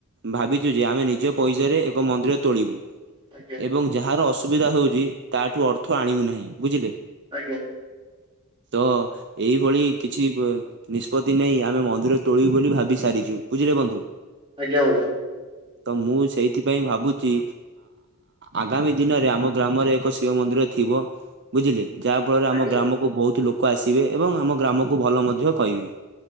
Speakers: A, on the right (about 50°); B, on the right (about 25°).
A: ଭାବିଛୁ ଯେ ଆମେ ନିଜ ପଇସାରେ ଏକ ମନ୍ଦିର ତୋଳିବୁ।
B: ଆଜ୍ଞା
A: ଏବଂ ଯାହାର ଅସୁବିଧା ହେଉଛି ତାଠୁ ଅର୍ଥ ଆଣିବୁ ନାହିଁ ବୁଝିଲେ।
B: ଆଜ୍ଞା
A: ତ ଏଇଭଳି କିଛି ନିଷ୍ପତ୍ତି ନେଇ ଆମେ ମନ୍ଦିର ତୋଳିବୁ ବୋଲି ଭାବି ସାରିଛୁ ବୁଝିଲେ ବନ୍ଧୁ।
B: ଆଜ୍ଞା ବନ୍ଧୁ
A: ତ ମୁଁ ସେଇଥିପାଇଁ ଭାବୁଛି ଆଗାମୀ ଦିନରେ ଆମ ଗ୍ରାମରେ ଏକ ଶିବ ମନ୍ଦିର ଥିବ। ବୁଝିଲେ, ଯାହା ଫଳରେ
B: ଆଜ୍ଞା।
A: ଆମ ଗ୍ରାମକୁ ବହୁତ ଲୋକ ଆସିବେ ଏବଂ ଆମ ଗ୍ରାମକୁ ଭଲ ମଧ୍ୟ କହିବେ।